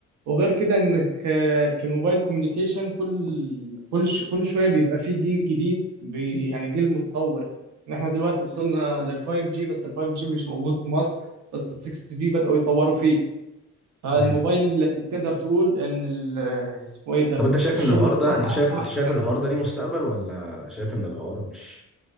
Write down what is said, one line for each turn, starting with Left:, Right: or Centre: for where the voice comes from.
Right: وغير كده إنك آه، في الموبايل كوميونيكيشن كل كل ش... كل شوية بيبقى فيه جيل جديد بي... يعني جيل متطور إن إحنا دلوقتي وصلنا لل 5G بس ال 5G مش موجود في مصر بس ال 6 جي بدأوا يطوروا فيه فالموبايل
Centre: مم.
Right: تقدر تقول ان ال- اسمه ايه ده
Centre: طب انت شايف
Right: الشغل
Centre: ان الحوار
Right: بتاعها
Centre: ده انت شايف انت
Right: احسن
Centre: شايف الحوار ده ليه مستقبل ولا شايف ان الحوار مش